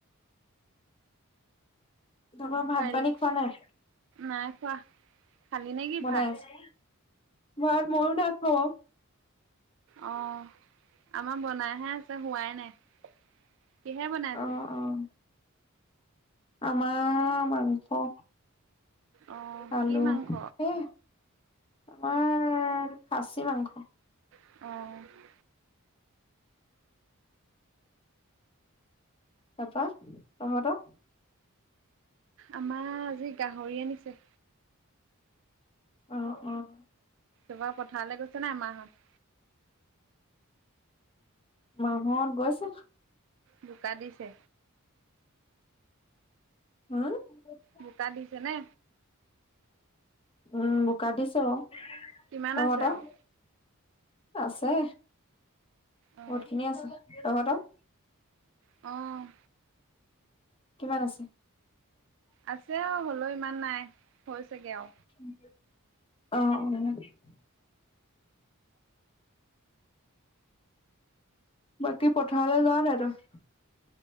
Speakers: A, on the left; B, on the right.
A: তাপা ভাত
B: কাইলৈ
A: পানী খোৱা নাই?
B: নাই খোৱা। খালি নে কি
A: বনাই
B: ভাত
A: আছে, ভাত ময়ো নাই খোৱা বা।
B: অ' আমাৰ বনাইহে আছে হোৱাই নাই। কিহে বনাইছে?
A: অ', অ'। আমাৰ মাংস।
B: অ
A: আলু
B: কি মাংস
A: সেয়াই। আমাৰ খাচী মাংস।
B: অ'
A: তাপা তহঁতৰ?
B: আমাৰ আজি গাহৰি আনিছে।
A: অ' অ'
B: এইবাৰ পথাৰলে গৈছে নাই মাহঁত?
A: মাহঁত গৈছে।
B: বোকা দিছে?
A: <unintelligible>
B: বোকা দিছে নে?
A: উম, বোকা দিছে বাৰু,
B: কিমান
A: তহঁতৰ?
B: আছে আৰু
A: আছে,
B: অ
A: বহুতখিনি আছে তহঁতৰ?
B: অ'
A: কিমান আছে?
B: আছে আউ হ'লেও ইমান নাই, হৈছেগে আউ।
A: অ' অ' বাকী পথাৰলে যাৱ নাই তই?